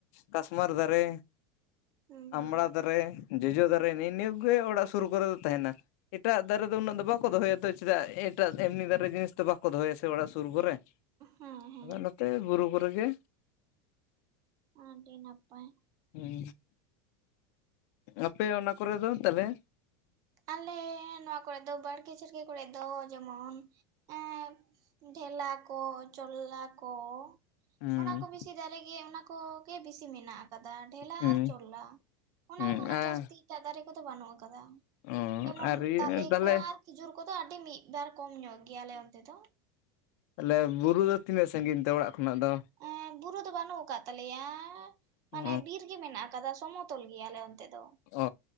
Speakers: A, on the left (about 55°); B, on the right (about 35°).
A: ᱠᱟᱥᱢᱟᱨ ᱫᱟᱨᱮ,
B: ᱦᱩᱸ ᱦᱩᱸ
A: ᱟᱢᱲᱟ ᱫᱟᱨᱮ ᱡᱚᱡᱚ ᱫᱟᱨᱮ ᱱᱮᱜᱼ ᱱᱤᱭᱟᱹ ᱠᱚ ᱜᱮ ᱚᱲᱟᱜ ᱥᱩᱨ ᱠᱚᱨᱮ ᱫᱚ ᱛᱟᱦᱮᱱᱟ ᱮᱴᱟᱜ ᱫᱟᱨᱮ ᱫᱚ ᱩᱱᱟᱹᱜ ᱫᱚ ᱵᱟᱠᱚ ᱫᱚᱦᱚᱭᱟ ᱛᱚ ᱪᱮᱫᱟᱜ ᱮᱴᱟᱜ ᱮᱢᱱᱤ ᱫᱟᱨᱮ ᱡᱤᱱᱤᱥ ᱵᱟᱠᱚ ᱫᱚᱦᱚᱭᱟ ᱥᱮ ᱚᱲᱟᱜ ᱥᱩᱨ ᱠᱚᱨᱮ
B: ᱦᱮᱸ ᱦᱮᱸ
A: <unintelligible> ᱛᱮ ᱵᱩᱨᱩ ᱠᱚᱨᱮ ᱜᱮ᱾
B: ᱟᱹᱰᱤ ᱱᱟᱯᱟᱭ
A: ᱦᱩᱸ ᱟᱯᱮ ᱚᱱᱟ ᱠᱚᱨᱮ ᱫᱚ ᱛᱟᱞᱦᱮ?
B: ᱟᱞᱮ ᱱᱚᱣᱟ ᱠᱚᱲᱮ ᱫᱚ ᱵᱟᱲᱜᱮ ᱪᱮᱲᱜᱮ ᱠᱚᱲᱮ ᱫᱚ ᱡᱮᱢᱚᱱ ᱮᱸ ᱰᱷᱮᱞᱟ ᱠᱚ ᱪᱚᱞᱞᱟ ᱠᱚ
A: ᱦᱩᱸ
B: ᱚᱱᱟ ᱠᱚ ᱵᱮᱥᱤ ᱫᱟᱨᱮ ᱜᱮ ᱚᱱᱟ ᱠᱚᱜᱮ ᱵᱮᱥᱤ ᱢᱮᱱᱟᱜ ᱠᱟᱫᱟ ᱰᱷᱮᱞᱟ
A: ᱦᱩᱸ
B: ᱟᱨ ᱪᱚᱞᱞᱟ᱾ ᱚᱱᱟ
A: ᱦᱩᱸ
B: ᱠᱷᱚᱱᱟᱜ
A: ᱟᱨ
B: ᱡᱟᱹᱥᱛᱤ ᱮᱴᱟᱜ ᱫᱟᱨᱮ ᱠᱚᱫᱚ ᱵᱟᱹᱱᱩᱜ ᱠᱟᱫᱟ᱾
A: ᱚ
B: ᱡᱮᱢᱚᱱ
A: ᱟᱨ ᱤᱭᱟᱹ
B: ᱛᱟᱞᱮ
A: ᱛᱟᱦᱚᱞᱮ
B: ᱠᱚ ᱟᱨ ᱠᱷᱤᱡᱩᱨ ᱠᱚᱫᱚ ᱟᱹᱰᱤ ᱢᱤᱫᱵᱟᱨ ᱠᱚᱢ ᱧᱚᱜ ᱜᱮᱭᱟ ᱟᱞᱮ ᱚᱱᱛᱮ ᱫᱚ᱾
A: ᱛᱟᱦᱞᱮ ᱵᱩᱨᱩ ᱫᱚ ᱛᱤᱱᱟᱹᱜ ᱥᱟᱺᱜᱤᱧ ᱛᱮ ᱚᱲᱟᱜ ᱠᱷᱚᱱᱟᱜ ᱫᱚ?
B: ᱮ ᱵᱩᱨᱩ ᱫᱚ ᱵᱟᱹᱱᱩᱜ ᱠᱟᱜ ᱛᱟᱞᱮᱭᱟ ᱢᱟᱱᱮ
A: ᱚ
B: ᱵᱤᱨ ᱜᱮ ᱢᱮᱱᱟᱜ ᱠᱟᱫᱟ ᱥᱚᱢᱚᱛᱚᱞ ᱜᱮᱭᱟ ᱟᱞᱮ ᱚᱱᱛᱮ ᱫᱚ
A: ᱚ